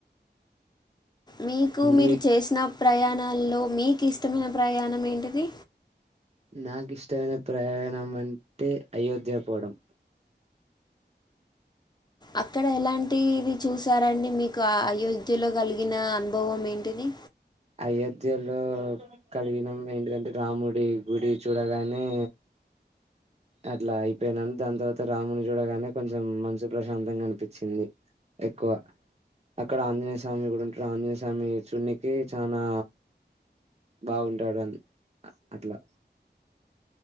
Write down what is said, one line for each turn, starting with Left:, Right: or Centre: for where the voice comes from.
Left: మీకు మీరు
Right: మీ
Left: చేసిన. ప్రయాణాల్లో మీకి ఇష్టమైన ప్రయాణం ఏంటిది?
Right: నాకు ఇష్టమైన ప్రయాణం అంటే అయోధ్య పోవడం.
Left: అక్కడ ఎలాంటిది చూసారండి, మీకు అయోధ్యలో కలిగిన అనుభవం ఏంటిది?
Right: అయోధ్యలో కడిగినం ఏంటిందం రాముడి గుడి చూడగానే. అట్లా అయిపోయినంత దాని తర్వాత రాముని చూడగానే కొంచెం మంచు ప్రశాంతంగా అనిపించింది. ఎక్కువ అక్కడ ఆంజనేయ స్వామి కూడా ఉంటడు, ఆంజనేయ స్వామినీ చూన్నికి చానా. బాగుంటాడు అది అట్లా.